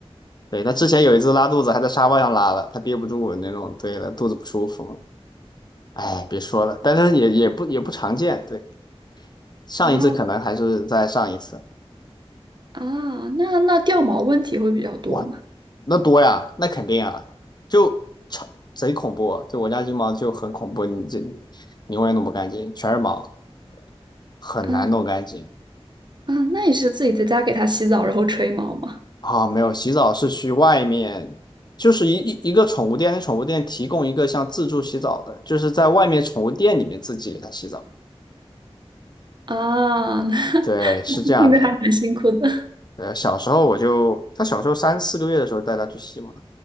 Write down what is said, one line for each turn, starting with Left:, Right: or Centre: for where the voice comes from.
Left: 对，他之前有一次拉肚子，还在沙发上拉了，他憋不住那种，对的，肚子不舒服。哎，别说了，但是也也不也不常见。对，上一次可能还是在上一次，
Right: <laughs> 啊啊？那那掉毛问题会比较多吗？
Left: 哇，那多呀，那肯定啊，就超贼恐怖啊。就我家金毛就很恐怖，你这你永远弄不干净，全是毛，很难弄干净。
Right: 嗯。啊，那你是自己在家给它洗澡，然后吹毛吗？
Left: 啊、没有，洗澡是去外面，就是一一一个宠物店，那宠物店提供一个像自助洗澡的，就是在外面宠物店里面自己给它洗澡。
Right: 啊，那
Left: 对，是这样的。
Right: <laughs> 听着还蛮辛苦的。
Left: 呃，小时候我就，他小时候三四个月的时候带他去洗嘛，